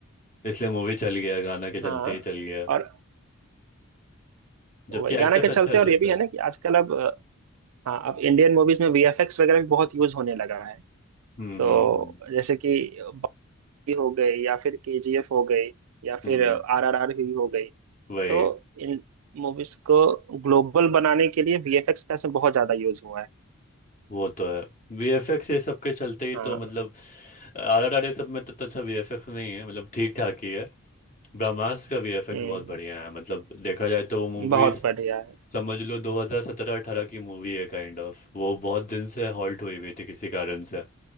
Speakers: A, on the left; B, on the right.
A: इसलिए मूवी चल गया गाना के
B: हाँ
A: चलते ही चल गया
B: और
A: जबकि
B: वही गाना
A: एक्टर्स
B: के
A: अच्छा
B: चलते
A: अच्छा
B: और ये भी
A: था
B: है ना कि आजकल अब अ, हाँ अब इंडियन मूवीज में वीएफएक्स वगैरह भी बहुत यूज होने लगा है
A: हम्म
B: तो
A: हम्म हम्म
B: जैसे कि बागी हो गई या फिर केजीएफ हो गई या
A: हम्म,
B: फिर आरआरआर ही हो गई
A: वही
B: तो इन मूवीज को ग्लोबल बनाने के लिए वीएफएक्स का इसमें बहुत ज्यादा यूज हुआ है
A: वो तो है वीएफएक्स ये सब के चलते ही
B: हाँ
A: तो मतलब आर आर आर सब में तो, तो अच्छा वीएफएक्स नहीं है मतलब ठीक ठाक ही है ब्रह्मास्त्र का वीएफएक्स
B: हम्म।
A: बहुत बढ़िया है मतलब देखा जाए तो वो मूवी
B: बहुत बढ़िया है
A: समझ लो 2017-18 की मूवी है काइंड ऑफ वो बहुत दिन से हॉल्ट हुई हुई थी किसी कारण से